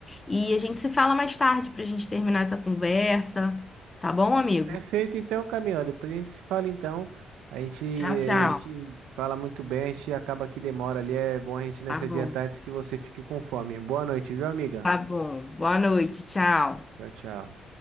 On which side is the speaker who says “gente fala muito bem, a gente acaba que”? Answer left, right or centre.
Right